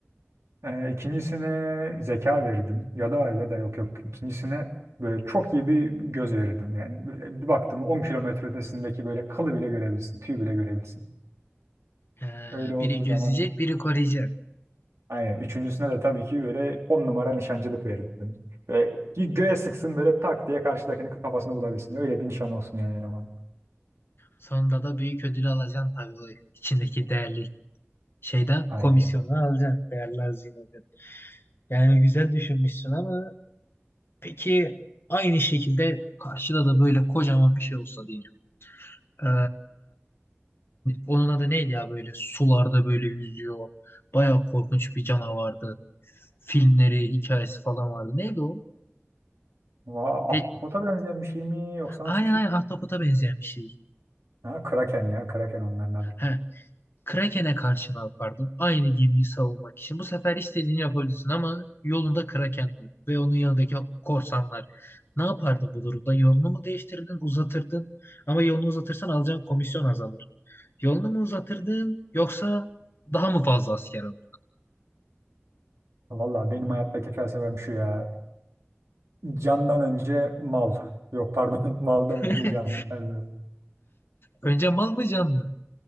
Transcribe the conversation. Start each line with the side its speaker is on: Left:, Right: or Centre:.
Right: Ee, ikincisine zeka verirdim ya da ya da yok yok ikincisine böyle çok iyi bir göz verirdim yani böyle bir baktım 10 kilometre ötesindeki böyle kılı bile görebilirsin tüy bile görebilirsin.
Left: Ee,
Right: Öyle olduğu
Left: biri gözleyecek,
Right: zaman
Left: biri koruyacak.
Right: aynen üçüncüsüne de tabii ki böyle 10 numara nişancılık verirdim. ve bir göğe sıksın böyle tak diye karşıdakinin kafasını bulabilsin öyle bir nişan olsun yani eleman.
Left: Sonunda da büyük ödül alacaksın tabii o içindeki değerli şeyden
Right: Aynen
Left: komisyonu
Right: öyle.
Left: alacaksın. Değerli hazine. Yani güzel düşünmüşsün ama peki aynı şekilde karşıda da böyle kocaman bir şey olsa diyelim. Ee, onun adı neydi ya böyle sularda böyle yüzüyor. Bayağı korkunç bir canavardı. Filmleri, hikayesi falan vardı. Neydi o?
Right: Vaa,
Left: E,
Right: ahtapota benzeyen bir şey mi yoksa
Left: aynen
Right: nasıl bir şey?
Left: aynen ahtapota benzeyen bir şey.
Right: Ha, kraken ya kraken onların adı.
Left: He, Kraken'e karşı ne yapardın? Aynı gemiyi savunmak için. Bu sefer istediğini yapabilirsin ama yolunda Kraken var ve onun yanındaki korsanlar. Ne yapardın bu durumda? Yolunu mu değiştirdin, uzatırdın? Ama yolunu uzatırsan alacağın komisyon azalır. Yolunu mu uzatırdın yoksa daha mı fazla asker alır?
Right: Valla benim hayattaki felsefem şu ya. Candan önce mal. Yok pardon <laughs> maldan
Left: <laughs>
Right: önce can. Nerede?
Left: Önce mal mı can mı?